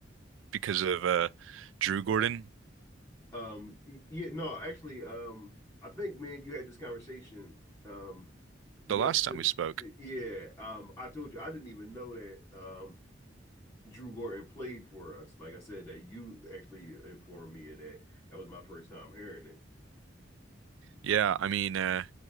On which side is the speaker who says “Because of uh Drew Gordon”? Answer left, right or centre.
Right